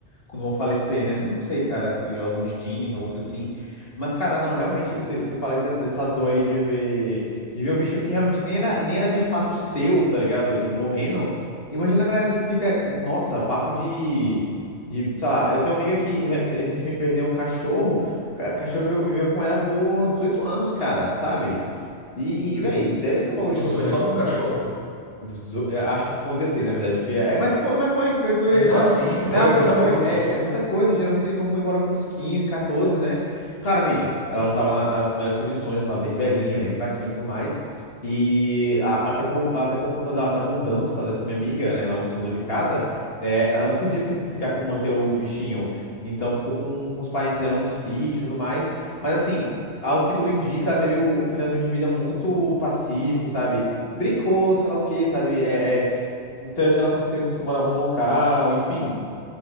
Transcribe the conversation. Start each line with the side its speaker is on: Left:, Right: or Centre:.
Left: quando vão falecer, né? Não sei, cara, se algum instinto, alguma coisa assim. Mas, cara, não, realmente, você fala aí de- dessa dor aí de ver, de ver um bichinho que realmente nem era, nem era de fato seu, tá ligado? E morrendo. Imagina a galera que fica, nossa, papo de, de, sei lá, eu tenho uma amiga que re- recentemente perdeu um cachorro, o cachorro viveu viveu com ela por 18 anos, cara, sabe? E,
Right: Uhum.
Left: e velho, deve ser um bagulho
Right: 18
Left: chocante
Right: anos um cachorro?
Left: dezo- é, Acho que isso foi um 16, na verdade. Que é, mas foi, mas foi, foi, foi,
Right: Mesmo
Left: na real,
Right: assim,
Left: foi,
Right: <laughs> pô,
Left: na
Right: é muita
Left: foi, foi.
Right: coisa.
Left: É, é muita coisa. Geralmente eles vão pôr embora com uns 15 14, né? Claramente, ela não tava na- nas melhores condições, ela tava bem velhinha, bem fraquinha e tudo mais. E a- até por, até por conta da, da mudança dessa minha amiga, né? Ela se mudou de casa, é, ela não podia ter- ficar com- manter o bichinho. Então ficou com, com os parentes dela no sítio e tudo mais. Mas assim, ao que tudo indica, ela teve o, o finalzinho de vida muito pacífico, sabe? brincou, sei lá o quê, sabe? É, é, interagiu lá com as crianças que moravam no local, enfim.